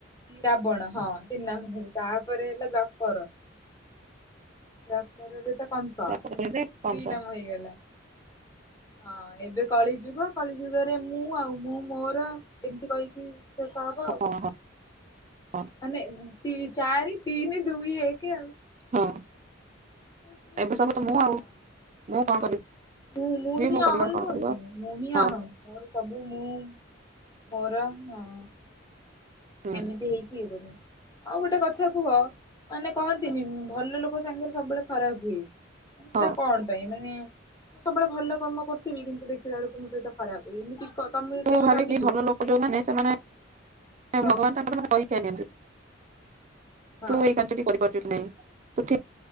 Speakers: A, on the left; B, on the right.
A: ରାବଣ ହଁ <unintelligible> ତାପରେ ହେଲା ଦ୍ଵାପର। ଦ୍ଵାପର ରେ କଂସ
B: ତାପରେ ହେଲେ କଂସ
A: ଦି ନାମ ହେଇଗଲା। ହଁ ଏବେ କଳିଯୁଗ କଳିଯୁଗରେ ମୁଁ ଆଉ ମୁଁ ମୋର ଏମିତି କହିକି ଶେଷ ହେବ ଆଉ
B: ହଁ ହଁ ହଁ
A: ମାନେ ଦି ଚାରି ତିନି ଦୁଇ ଏକ ଆଉ।
B: ହଁ।
A: ହଁ।
B: ଏବେ ସବୁ ତ ମୁଁ ଆଉ ମୁଁ କଣ କରିବି
A: ମୁଁ ମୁଁ ହିଁ
B: ମୋ ପରିବାର
A: ହମ୍
B: କଣ
A: ନୁ
B: କରିବ
A: କି ମୁଁ ହିିଁ
B: ହଁ
A: ହମ୍ ମୋର ସବୁ। ମୁଁ ମୁଁ ମୋର ହଁ।
B: ହୁଁ
A: ଏମିତି ହେଇକି ବୋଲି ଆଉ ଗୋଟେ କଥା କୁହ ମାନେ କହନ୍ତିନି ଭଲ ଲୋକ ସାଙ୍ଗରେ ସବୁବେଳେ ଖରାପ ହୁଏ। ସେଟା
B: ହଁ
A: କଣ ପାଇଁ ମାନେ ମୁଁ ସବୁବେଳେ ଭଲ କର୍ମ କରିୁଥିବି କିନ୍ତୁ ଦେଖ <unintelligible> ମୋ ସହିତ ଖରାପ୍ ହୁଏ କି କ ତମେ
B: ମୁ
A: କେବେ
B: <unintelligible>
A: ଭାବିଛ
B: ଭଲ ଲୋକ ଯୋଉମାନେ ସେମାନେ ଭଗବାନ
A: ହଁ
B: ତାଙ୍କର ମାନେ ପରୀକ୍ଷା ନିଅନ୍ତି।
A: ହଁ
B: ତୁ ଏଇ କାର୍ଯ୍ୟଟି କରିପାରୁଚୁ ନାଁ ନାଇଁ ତୁ ଠିକ